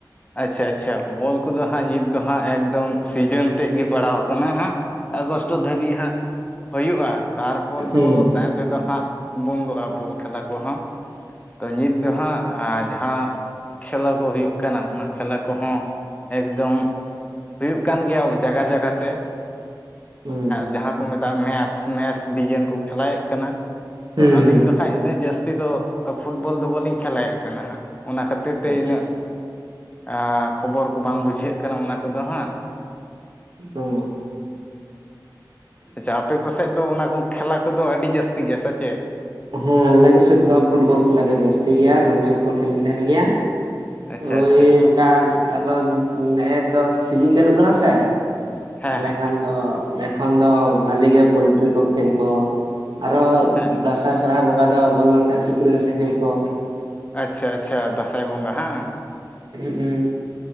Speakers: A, on the left (about 20°); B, on the right (about 80°).
A: ᱟᱪᱪᱷᱟ ᱟᱪᱪᱷᱟ, ᱵᱚᱞ ᱠᱚᱫᱚ ᱦᱟᱸᱜ ᱱᱤᱛ ᱫᱚ ᱦᱟᱸᱜ ᱮᱠᱫᱚᱢ ᱥᱤᱡᱮᱱ ᱛᱮᱜ ᱜᱤ ᱯᱟᱲᱟᱣ ᱟᱠᱟᱱᱟ ᱦᱟᱸᱜ᱾ ᱟᱜᱚᱥᱴ ᱴᱚ ᱫᱷᱟᱹᱵᱤᱡ ᱦᱟᱸᱜ ᱦᱩᱭᱩᱜᱼᱟ, ᱛᱟᱨᱯᱚᱨ
B: ᱦᱮᱸ
A: ᱫᱚ ᱛᱟᱭᱚᱢ ᱛᱮᱫᱚ ᱦᱟᱸᱜ ᱵᱚᱱᱫᱚᱜᱼᱟ ᱵᱚᱞ ᱠᱷᱮᱞᱟ ᱠᱚᱦᱚᱸ᱾ ᱛᱚ ᱱᱤᱛ ᱫᱚ ᱦᱟᱸᱜ ᱟ ᱡᱟᱦᱟᱸ ᱠᱷᱮᱞᱳ ᱠᱚ ᱦᱩᱭᱩᱜ ᱠᱟᱱᱟ ᱚᱱᱟ ᱠᱷᱮᱞᱟ ᱠᱚᱦᱚᱸ ᱮᱠᱫᱚᱢ ᱦᱩᱭᱩᱜ ᱠᱟᱱ ᱜᱮᱭᱟ ᱡᱟᱜᱟ ᱡᱟᱜᱟ ᱛᱮ᱾
B: ᱦᱩᱸ
A: ᱡᱟᱸᱦᱟ ᱠᱚ ᱢᱮᱛᱟᱜᱼᱟ ᱢᱮᱥ, ᱢᱮᱥ ᱰᱤᱡᱮᱱ ᱠᱚ ᱠᱷᱮᱞᱟᱭᱮᱜ ᱠᱟᱱᱟ, ᱛᱚ
B: ᱦᱩᱸ
A: ᱟᱞᱤᱧ
B: ᱦᱩᱸ
A: ᱫᱚ ᱠᱷᱟᱡ ᱤᱱᱟᱹᱜ ᱡᱟᱹᱥᱛᱤ ᱫᱚ ᱯᱷᱩᱴᱵᱚᱞ ᱫᱚ ᱵᱟᱹᱞᱤᱧ ᱠᱷᱮᱞᱟᱭᱮᱜ ᱠᱟᱱᱟ ᱦᱟᱸᱜ, ᱚᱱᱟ ᱠᱷᱟᱹᱛᱤᱨ ᱛᱮ
B: ᱟᱪᱪᱷᱟ
A: ᱤᱱᱟᱹᱜ ᱟᱸ ᱠᱷᱚᱵᱚᱨ ᱠᱚ ᱵᱟᱝ ᱵᱩᱡᱷᱟᱹᱜ ᱠᱟᱱᱟ ᱚᱱᱟ ᱠᱚᱫᱚ ᱦᱟᱸᱜ᱾
B: <unintelligible>
A: ᱟᱪᱪᱷᱟ ᱟᱯᱮ ᱠᱚᱥᱮᱫ ᱫᱚ ᱚᱱᱟ ᱠᱚ ᱠᱷᱮᱞᱟ ᱠᱚᱫᱚ ᱟᱹᱰᱤ ᱡᱟᱹᱥᱛᱤ ᱜᱮᱭᱟ ᱥᱮ ᱪᱮᱫ?
B: ᱦᱮᱸ ᱟᱞᱮ ᱠᱚ ᱥᱮᱜ ᱫᱚ ᱯᱷᱩᱴᱵᱚᱞ ᱠᱷᱮᱞᱟ ᱫᱚ ᱡᱟᱹᱥᱛᱤ ᱜᱮᱭᱟ, ᱫᱚᱢᱮ ᱜᱮᱠᱚ ᱠᱷᱮᱞᱮᱱ ᱛᱟᱦᱮᱸᱱ ᱜᱮᱭᱟ᱾
A: ᱟᱪᱪᱷᱟ
B: ᱦᱳᱭ
A: ᱟᱪᱪᱷᱟ
B: ᱚᱱᱠᱟ ᱟᱫᱚ ᱱᱮᱜᱼᱮ ᱛᱚ ᱥᱤᱡᱤᱱ ᱪᱟᱹᱞᱩᱜ ᱠᱟᱱᱟ ᱥᱮ,
A: ᱦᱮᱸ
B: ᱛᱟᱦᱞᱮ
A: ᱦᱮᱸ
B: ᱠᱷᱟᱱ ᱫᱚ ᱮᱠᱷᱚᱱ ᱫᱚ ᱵᱷᱟᱞᱤ ᱜᱮ ᱯᱳᱞᱴᱨᱤ ᱠᱚ ᱠᱷᱮᱞ ᱠᱚ ᱟᱨᱚ
A: ᱦᱮᱸ
B: ᱫᱟᱸᱥᱟᱭ ᱥᱚᱨᱦᱟᱭ ᱵᱚᱸᱜᱟ ᱫᱚ ᱵᱚᱞᱚ ᱞᱮᱱᱠᱷᱟᱡ ᱥᱩᱠᱨᱤ ᱠᱷᱟᱹᱥᱤ ᱠᱷᱮᱞ ᱠᱚ
A: ᱟᱪᱪᱷᱟ ᱟᱪᱪᱷᱟ ᱫᱟᱸᱥᱟᱭ ᱵᱚᱸᱜᱟ ᱦᱟᱸᱝ?
B: ᱦᱩᱸᱜ ᱩᱸ᱾